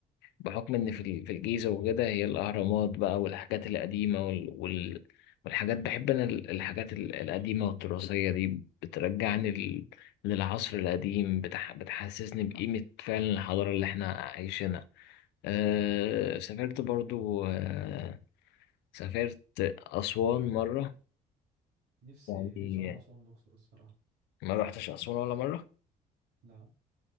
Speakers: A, on the left; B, on the right.
A: بحكم إن في ال- في الجيزة وكده هي الأهرامات بقى والحاجات القديمة وال وال والحاجات بحب أنا ال- الحاجات ال- القديمة والتراثية دي بترجعني لل- للعصر القديم بتح بتحسسني بقيمة فعلا الحضارة اللي إحنا عايشينها أه سافرت برضو أه سافرت أسوان مرة
B: نفسي
A: يعني
B: نفسي أروح أسوان الأقصر الصراحة
A: ما روحتش أسوان ولا مرة
B: لا